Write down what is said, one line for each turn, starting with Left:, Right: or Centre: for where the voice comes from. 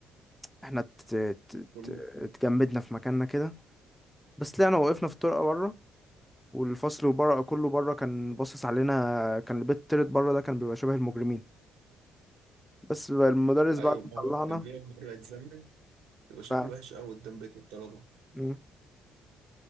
Centre: احنا ت- ت-
Right: كله
Centre: ت- اتجمدنا في مكاننا كده بس طلعنا وقفنا في الطرقه بره والفصل بره كله بره كان باصص علينا كان البيت التالت بره ده كان بيبقى شبه المجرمين بس بقى المدرس
Right: ايوه
Centre: بعد
Right: ما
Centre: ما
Right: هو
Centre: طلعنا
Right: كان بيقف بره يتذنب يبقى شكله
Centre: ف
Right: وحش قوي قدام بيت الطلبة
Centre: مم.